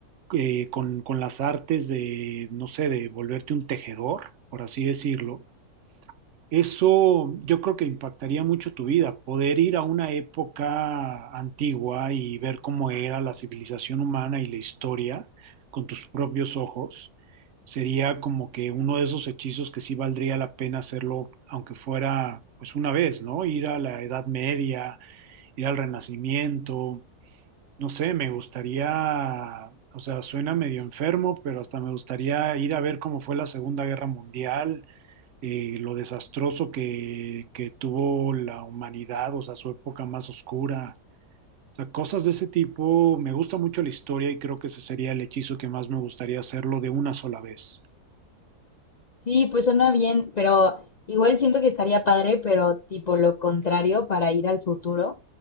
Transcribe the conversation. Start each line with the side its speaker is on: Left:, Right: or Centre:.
Right: eh, con, con las artes de, no sé, de volverte un tejedor, por así decirlo, eso yo creo que impactaría mucho tu vida, poder ir a una época antigua y ver cómo era la civilización humana y la historia con tus propios ojos. Sería como que uno de esos hechizos que sí valdría la pena hacerlo, aunque fuera pues una vez, ¿no? Ir a la Edad Media, ir al Renacimiento. No sé, me gustaría, o sea, suena medio enfermo, pero hasta me gustaría ir a ver cómo fue la Segunda Guerra Mundial, eh, lo desastroso que, que tuvo la humanidad, o sea, su época más oscura. O sea, cosas de ese tipo. Me gusta mucho la historia y creo que ese sería el hechizo que más me gustaría hacerlo de una sola vez.
Left: Sí, pues suena bien, pero igual siento que estaría padre, pero tipo lo contrario para ir al futuro,